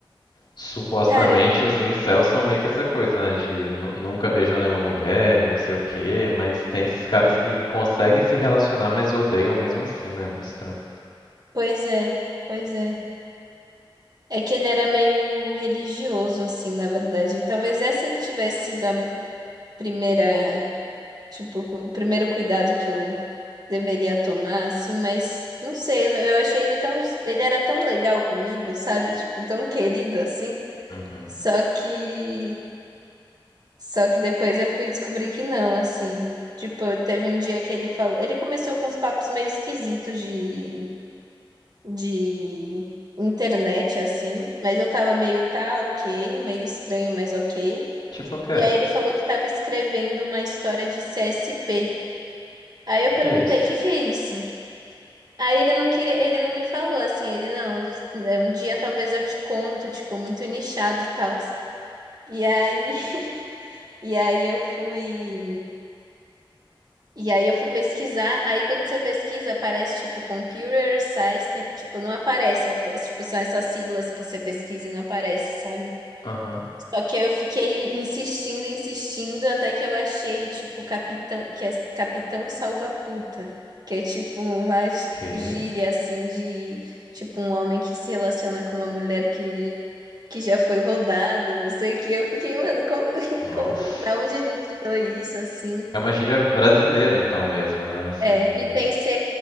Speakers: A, on the left; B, on the right.
A: Supostamente
B: Cara,
A: os incels são meio que essa coisa, né? De nu- nunca beijou nenhuma mulher e não sei o quê, mas tem esses caras que conseguem se relacionar, mas odeiam mesmo assim, né? Muito estranho.
B: pois é. Pois é. É que ele era meio religioso, assim, na verdade. Talvez essa tivesse sido a primeira. Tipo, cu- o primeiro cuidado que eu deveria tomar, assim, mas não sei. Eu eu achei ele tão. Ele era tão legal comigo, sabe? Tipo, tão querido assim.
A: Uhum.
B: Só que só que depois eu fui descobrir que não, assim. Tipo, eu- teve um dia que ele falou, ele começou com uns papos meio esquisitos de de internet assim, mas eu tava meio tá, OK, meio estranho, mas OK.
A: Tipo o quê?
B: E aí ele falou que tava escrevendo uma história de CSP. Aí eu
A: O que
B: perguntei,
A: é isso?
B: o que que é isso? Aí ele não queria, ele não me falou assim, ele não, é um dia talvez eu te conto, tipo, muito nichado e tal. E aí, <laughs> e aí eu fui E aí eu fui pesquisar, aí quando você pesquisa, aparece tipo Computer Science, tem- tipo, não aparece a coisa, tipo, são essas siglas que você pesquisa e não aparece, sabe?
A: Aham.
B: Só que eu fiquei insistindo, insistindo, até que eu achei, tipo, Capitão, que é Capitão Salva-Puta, que é tipo uma gí-
A: Que?
B: gíria assim de tipo um homem que se relaciona com uma mulher que que já foi rodada, não sei o que. Eu fiquei, mano, como, <laughs>
A: Nossa.
B: como, da onde ele tirou isso assim?
A: É uma gíria brasileira então mesmo, né? Assim,
B: É,
A: de
B: e tem C,